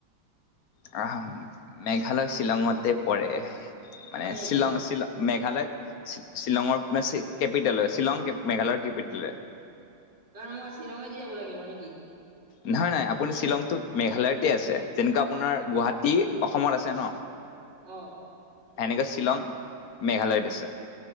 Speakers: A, on the left; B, on the right.
A: <unintelligible> মেঘালয় পৰে। মানে
B: হয় নেকি?
A: শ্বিলং শ্বিলং মেঘালয় শ্বিলঙৰ <unintelligible> কেপিটেল হয়, শ্বিলং মেঘালয়ৰ কেপিটেল <unintelligible>
B: কাৰণ মই শ্বিলঙতদি যাব লাগিব নেকি?
A: নহয় <unintelligible> আপুনি শ্বিলংটোত মেঘালয়তে আছে যেনেকুৱা আপোনাৰ গুৱাহাটী অসমত আছে ন।
B: অ'।
A: এনেকে শ্বিলং মেঘালয়ত আছে।